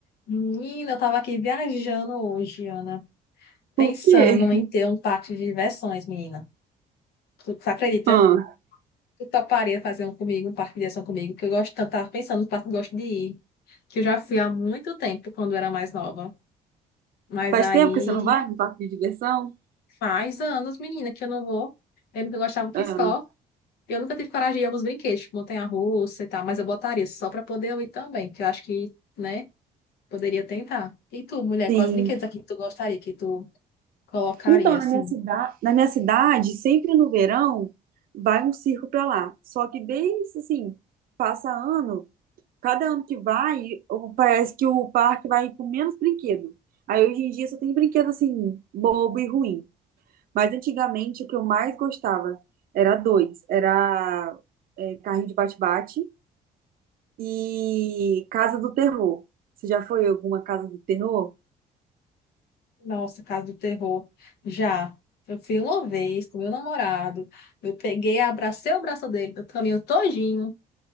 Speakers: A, on the left; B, on the right.
A: Menina, eu tava aqui viajando hoje, Ana, pensando
B: Por quê?
A: em ter um parque de diversões, menina. Tu, tu acredita?
B: Ah,
A: Tu toparia fazer um comigo, um parque de diversão comigo, que eu gosto tanto, tava pensando no parque que eu gosto de ir, que eu já fui há muito tempo, quando eu era mais nova. Mas
B: faz
A: aí
B: tempo que você não vai no parque de diversão?
A: faz anos, menina, que eu não vou. Lembro que eu gostava que
B: Ah,
A: só. Eu nunca tive coragem de ir a alguns brinquedos, tipo montanha-russa e tal, mas eu botaria só pra poder eu ir também, que eu acho que, né, poderia tentar. E tu, mulher,
B: sim.
A: quais brinquedos aqui que tu gostaria, que tu colocaria,
B: Então,
A: assim?
B: na minha cidade, na minha cidade, sempre no verão, vai um circo para lá. Só que desde assim, passa ano, cada ano que vai, o- parece que o parque vai com menos brinquedo. Aí hoje em dia só tem brinquedo assim, bobo e ruim. Mas antigamente o que eu mais gostava era dois, era é, carrinho de bate-bate e Casa do Terror. Você já foi em alguma Casa do Terror?
A: Nossa, Casa do Terror. Já. Eu fui uma vez com meu namorado. Eu peguei, abracei o braço dele do caminho todinho,